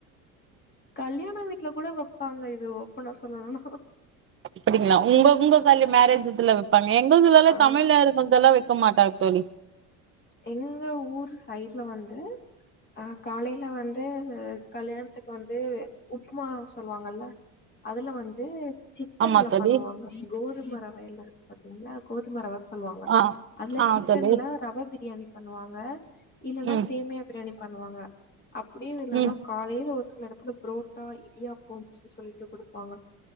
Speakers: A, on the left; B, on the right.
A: கல்யாண வீட்டுல கூட வப்பாங்க இது ஓப்பனா சொல்லணும்னா
B: அப்படிங்ளா உங்க உங்க கல் மேரேஜுத்ல எங்கள்துலெலா
A: ஆ
B: தமிழ்ல இருக்கதல்லா வெச் க்க மாட்டா தோழி
A: எங்க ஊரு சைடுல வந்து அ காலைல வந்து கல்யாணத்துக்கு வந்து உப்மா சொல்வாங்கல்ல அதுல வந்து சிக்கன்ல
B: ஆமா தோழி
A: பண்ணுவாங்க கோதும ரவைல பாத்தீங்ன்னா கோதும ரவ சொல்லுவாங்க
B: ஆ
A: அதுல
B: ஆ
A: சிக்கன்ல
B: தோழி
A: ரவை பண்ணி பண்ணுவாங்க இல்லன்னா
B: ம்
A: சேமியா பிரியாணி பண்ணுவாங்க அப்படியு இல்லைன்னா
B: ம்
A: காலையில ஒரு சில எடத்துல புரோட்டா இடியாப்போம்னு சொல்லிட்டு குடுப்பாங்க